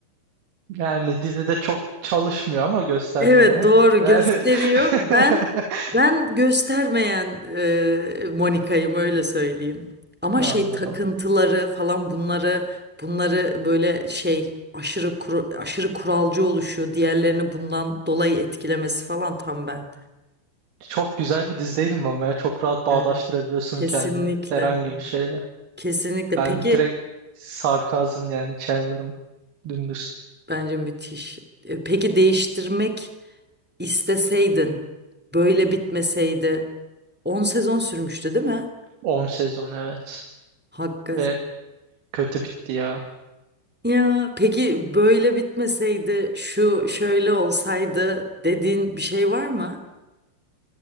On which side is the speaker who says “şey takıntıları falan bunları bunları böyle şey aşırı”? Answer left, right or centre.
Centre